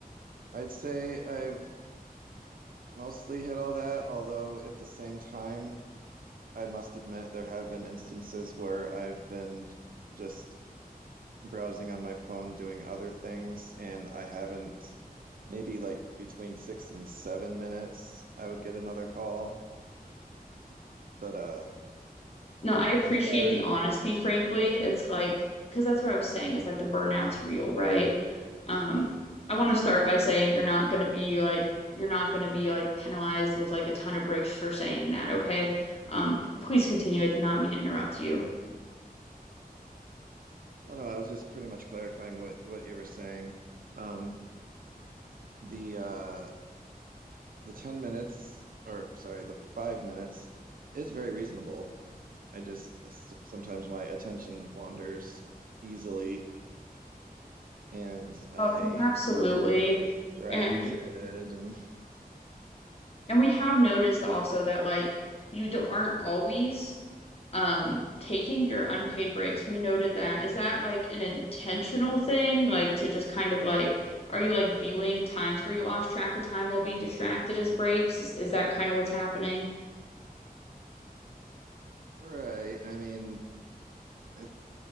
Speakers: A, on the right; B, on the left.
A: I'd say I've mostly hit all that, although at the same time, I must admit there have been instances where I've been j- just browsing on my phone doing other things, and I haven't, maybe like between six and seven minutes, I would get another call. But uh,
B: No, I appreciate
A: as far as,
B: the honesty, frankly. It's like, because that's what I was saying is that the burnout's real, right? Um, I want
A: Hmm.
B: to start by saying you're not going to be like, you're not going to be like penalized with like a ton of bricks for saying that, okay? Um, p- please continue. I did not mean to interrupt you.
A: oh no, I was just pretty much clarifying what what you were saying. Um, the uh the 10 minutes or sorry, the 5 minutes is very reasonable. I just sometimes my attention wanders easily and I
B: Oh, absolutely.
A: get distracted
B: And
A: and
B: and we have noticed also that like you don't aren't always um taking your unpaid breaks we noted that is that like an intentional thing like to just kind of like are you like viewing times where you lost track of time while being distracted as breaks is, is that kind of what's happening
A: right, I mean it,